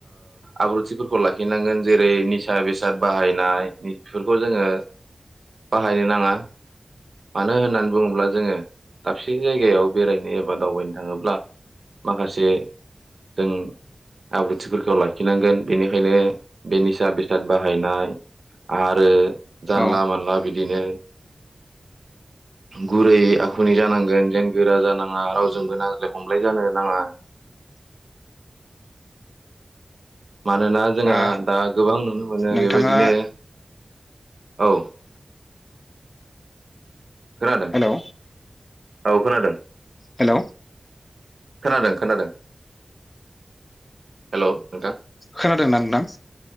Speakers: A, on the right; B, on the left.
A: आब्रुथिफोरखौ लाखिनांगोन जेरै निसा बेसाद बाहायनाय। बेफोरखौ जोङो बाहायनो नाङा। मानो होननानै बुङोब्ला जोङो दाबसे जायगायाव बेरायनो एबा दावबायनो थाङोब्ला माखासे जों आब्रुथिफोरखौ लाखिनांगोन बेनिखायनो बे निसा बेसाद बाहायनाय आरो जानला
B: औ
A: मानला बिदिनो गुरै आखुनि जानांगोन जेन गोरा जानाङा रावजोंबो नांज्लाय खमलाय जानो नाङा मानोना जोंहा
B: ओ
A: दा गोबां नुनो मोनो
B: नोंथाङा
A: बेबायदिनो औ। खोनादों
B: हेलौ
A: औ खोनादों
B: हेलौ
A: खोनादों खोनादों हेल' नोंथां।
B: खोनादोंना नोंथां।